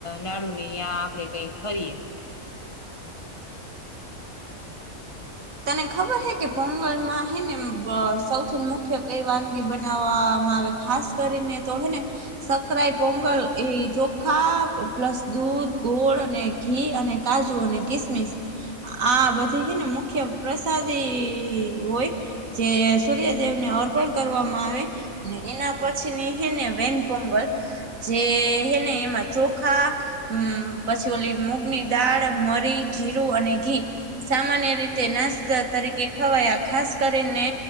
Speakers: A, on the left; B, on the right.
A: નાડુ ની આપડે કઈક ફરીએે
B: તને ખબર હે કે પોંગલ માં હે ને સૌથી મુખ્ય કઈ વાનગી બનાવવા આવે ખાસ કરીને તો હે ને સકરાઈ પોંગલ એ ચોખા પ્લસ દૂધ ગોળ અને ઘી અને કાજુ અને કિસમિસ આ બધી છે ને મુખ્ય મુખ્ય પ્રસાદી હોય જે સૂર્યદેવ ને અર્પણ કરવામાં આવે એના પછી ની હે ને વેનપોંગલ જે હે ને એમાં ચોખા હ પછી ઓલી મૂગની દાળ મરી જીરું અને ઘી સામાન્ય રીતે તે નાસ્તા તરીકે ખવાયા ખાસ કરીને